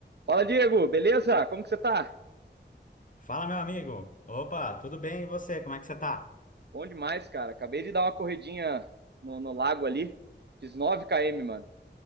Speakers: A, on the right; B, on the left.
A: Fala, Diego, beleza? Como que você tá?
B: Fala, meu amigo. Opa, tudo bem? E você? Como é que você tá?
A: Bom demais, cara. Acabei de dar uma corridinha no, no lago ali. Fiz 9 km, mano.